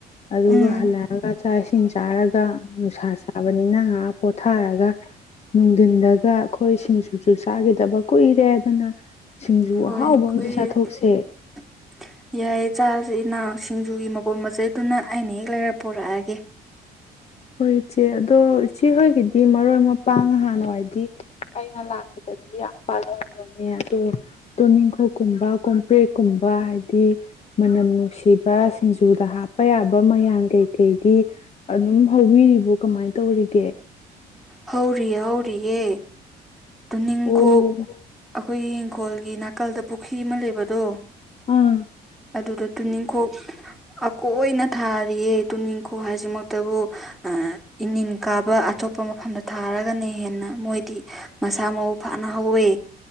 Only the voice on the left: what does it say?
ꯑꯗꯨꯒ
ꯍꯜꯂꯛꯑꯒ ꯆꯥꯛ ꯏꯁꯤꯡ ꯆꯥꯔꯒ ꯅꯨꯡꯁꯥ ꯆꯥꯕꯅꯤꯅ ꯉꯍꯥꯛ ꯄꯣꯊꯥꯔꯒ ꯅꯨꯡꯗꯤꯟꯗꯒ ꯑꯩꯈꯣꯏ ꯁꯤꯡꯖꯨꯁꯨ ꯆꯥꯈꯤꯗꯕ ꯀꯨꯏꯔꯦ ꯑꯗꯨꯅ ꯁꯤꯡꯖꯨ
ꯑꯍꯥꯎꯕ
ꯑꯝꯁꯨ ꯆꯥꯊꯣꯛꯁꯦ
ꯍꯣꯏ ꯏꯆꯦ ꯑꯗꯣ ꯏꯆꯦꯍꯣꯏꯒꯤꯗꯤ ꯃꯔꯣꯏ ꯃꯄꯥꯡ ꯅꯍꯥꯟꯋꯥꯏꯗꯤ ꯑꯩꯅ ꯂꯥꯛꯄꯗꯗꯤ ꯌꯥꯝ ꯄꯥꯜꯍꯧꯕꯅꯦ ꯑꯗꯣ ꯇꯣꯅꯤꯡꯈꯣꯛꯀꯨꯝꯕ ꯀꯣꯝꯄ꯭ꯔꯦꯛꯀꯨꯝꯕ ꯍꯥꯏꯗꯤ ꯃꯅꯝ ꯅꯨꯡꯁꯤꯕ ꯁꯤꯡꯖꯨꯗ ꯍꯥꯞꯄ ꯌꯥꯕ ꯃꯌꯥꯟ ꯀꯩꯀꯩꯗꯤ ꯑꯗꯨꯝ ꯍꯧꯕꯤꯔꯤꯕꯣ ꯀꯃꯥꯏ ꯇꯧꯔꯤꯒꯦ
ꯑꯣ
ꯑ